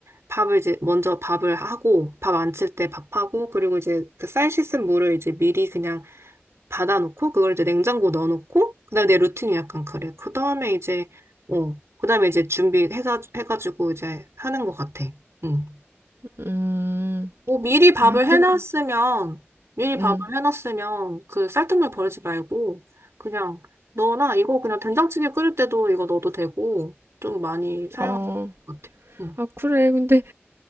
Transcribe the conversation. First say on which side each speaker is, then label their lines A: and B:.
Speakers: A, on the right; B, on the right.
A: 밥을 이제 먼저 밥을 하고 밥 안칠 때 밥하고 그리고 이제 그 쌀 씻은 물을 이제 미리 그냥 받아놓고 그걸 이제 냉장고 넣어놓고 그다음에 내 루틴이 약간 그래. 그다음에 이제 어 그다음에 이제 준비해서 해가지고 이제 하는 것 같아. 응.
B: 음,
A: 뭐 미리 밥을
B: 아, 그래,
A: 해놨으면, 미리 밥을
B: 음,
A: 해놨으면 그 쌀뜨물 버리지 말고, 그냥 너나 이거 그냥 된장찌개 끓일 때도 이거 넣어도 되고, 좀 많이 사용할
B: 어,
A: 수 있을 것 같아. 응.
B: 아, 그래. 근데